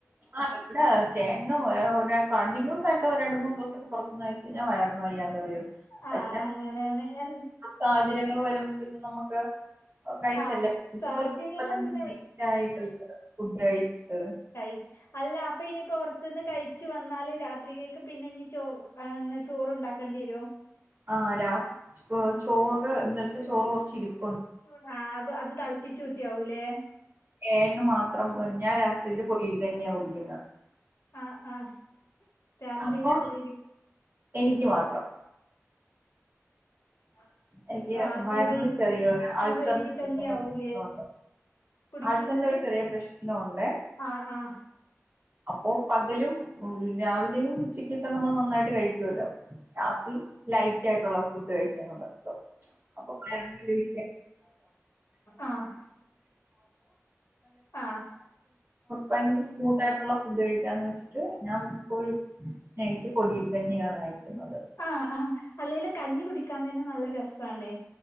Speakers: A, on the right; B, on the left.
A: ആ ഇവിടെ ചേട്ടനും വേറെ ഒരാക്ക് കണ്ടിന്യൂസായിട്ട് രണ്ട് മൂന്ന് ദിവസൊക്കെ പൊറത്തൂന്ന് കയിച്ചയിഞ്ഞാ വയറിന് വയ്യാതെ വരും. പക്ഷെ
B: ആഹ് അങ്ങനെയാണ് എ
A: സാഹചര്യങ്ങൾ വരുമ്പോ പിന്നെ നമക്ക് കഴിച്ചല്ലേ
B: ആഹ് സാഹചര്യങ്ങൾ
A: പറ്റു.
B: പിന്നെ
A: <inaudible> മെയിനായിട്ടുള്ള ഫുഡ്ഡ് കഴിച്ചിട്ട്
B: കഴിക്ക്. അല്ല അപ്പൊ ഈന് പൊറത്ത്ന്ന് കഴിച്ച് വന്നാല് രാത്രിക്കേക്ക് പിന്നെ ഇനി ചോ ഈഹ് ചോറ്ണ്ടാക്കേണ്ടി വര്വോ?
A: ആഹ് രാത്രി ചോ ചോറ് ഇന്നൽത്തെ ചോറ് കൊറച്ച് ഇരിപ്
B: ണാ അത് അത് തെളപ്പിച്ചൂറ്റാവൂല്ലേ?
A: ഏഴന് മാത്രം. ഞാൻ രാത്രിയില് പൊടിയരി കഞ്ഞിയാ കുടിക്ക്ന്നെ.
B: ആ ആ രാത്രിയില്
A: അപ്പൊ
B: കുറിയരി
A: എനിക്ക് മാത്രം.
B: അ
A: എനിക്ക്
B: ആ
A: വയറിനൊരു
B: കുറിയരി
A: ചെറിയൊരു അൾസറിന്റെ
B: കുറിയരി കഞ്ഞിയാവൂലേ?
A: ഒരു ചെറിയ പ്രശ്നമുണ്ട്
B: കുടിക്ക്ന്നത്?
A: അൾസറിന്റെ ഒരു ചെറിയ പ്രശ്നമുണ്ട്
B: ആ ആഹ്
A: അപ്പോ പകലും രാവിലെയും ഉച്ചക്കൊക്കെ നമ്മള് നന്നായിട്ട് കഴിക്കുവല്ലോ? രാത്രി ലൈറ്റ യിട്ടുള്ള ഫുഡ്ഡ് കഴിച്ചങ്ങ് കെടക്കും. അപ്പൊ <unintelligible> <unintelligible>
B: ആഹ് ആഹ്
A: ഭയങ്കര സ്മൂത്തായിട്ടുള്ള. കഴിക്കാന്ന്‌ വെച്ചിട്ട് ഞാമിക്കപ്പോഴും നൈറ്റ് പൊടിയരികഞ്ഞിയാണ് അയക്കുന്നത്.
B: ആ ആ അല്ലെലും കഞ്ഞി കുടിക്കാൻ തന്നെ നല്ല രസാണ്.